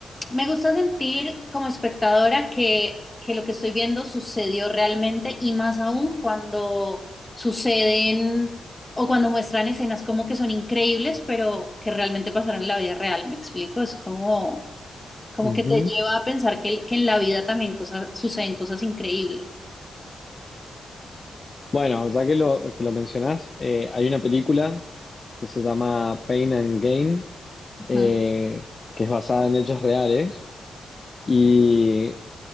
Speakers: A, on the left; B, on the left.
A: me gusta sentir como espectadora que, que lo que estoy viendo sucedió realmente y más aún cuando suceden o cuando muestran escenas como que son increíbles, pero que realmente pasaron en la vida real, ¿me explico? Es como, como
B: Ujú.
A: que te lleva a pensar que, que en la vida también cosas, suceden cosas increíbles.
B: Bueno, ya que lo, que lo mencionás, eh, hay una película que se llama Pain and Gain,
A: Ujú.
B: eh, que es basada en hechos reales. Y